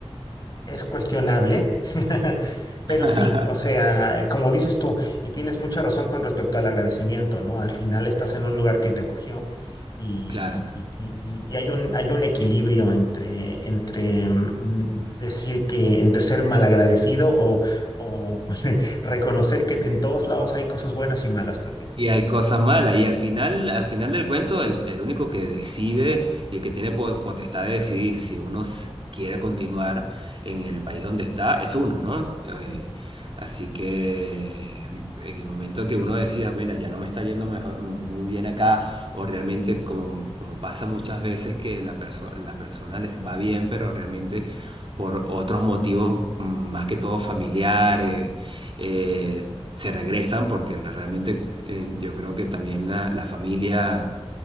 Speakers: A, on the left (about 40°); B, on the right (about 55°).
A: es cuestionable, <laughs> pero
B: <laughs>
A: sí, o sea, como dices tú, y tienes mucha razón con respecto al agradecimiento, ¿no? Al final estás en un lugar que te acogió y,
B: Claro.
A: y- y- y- y y hay un, hay un equilibrio entre, entre mm, decir que, entre ser malagradecido o, o <laughs> reconocer que en todos lados hay cosas buenas y malas también.
B: Y hay cosas malas. Y al final, al final del cuento, el, el único que decide y el que tiene po- potestad de decidir si uno s- quiere continuar en el país donde está, es uno, ¿no? Eh, así que mm, en el momento que uno decida, bueno, ya no me está yendo mejor, muy bien acá, o realmente como, como pasa muchas veces que la perso- las personas les va bien, pero realmente por otros motivos, mm, más que todo familiares eh, se regresan porque realmente eh, yo creo que también la, la familia,